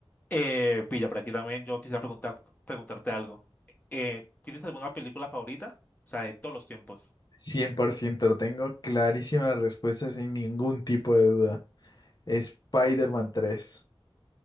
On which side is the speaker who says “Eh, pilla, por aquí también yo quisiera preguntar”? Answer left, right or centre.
Left